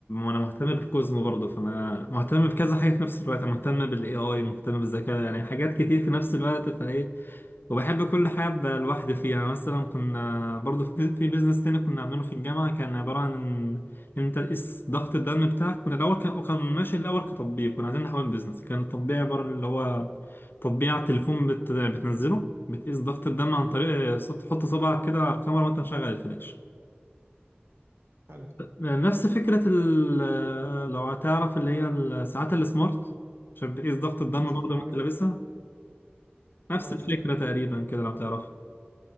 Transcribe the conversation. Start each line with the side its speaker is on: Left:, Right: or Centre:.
Left: انا مهتم بالكوزمو برضو فانا مهتم بكذا حاجه في نفس الوقت أنا مهتم بالاي اي مهتم بالذكاء يعني حاجات كتير في نفس الوقت فايه وبحب كل حاجة أبقى لوحدي فيها مثلا كنا برضو في في بيزنس تاني كنا عاملينه في الجامعة كان عبارة عن إن أنت تقيس ضغط الدم بتاعك كنا الأول كان وكان ماشي الأول كتطبيق كنا عايزين نحول بيزنس كان التطبيق عبارة اللي هو تطبيق على التليفون بت... بتنزله بتقيس ضغط الدم عن طريق صوت- تحط صبعك كده على الكاميرا وأنت مشغل الفلاش
Right: حلو
Left: نفس فكرة ال... لو هتعرف اللي هي الساعات السمارت عشان بتقيس ضغط الدم
Right: مظبوط
Left: برضه وأنت
Right: عارف
Left: لابسها نفس
Right: عارف
Left: الفكرة تقريبا كده لو تعرف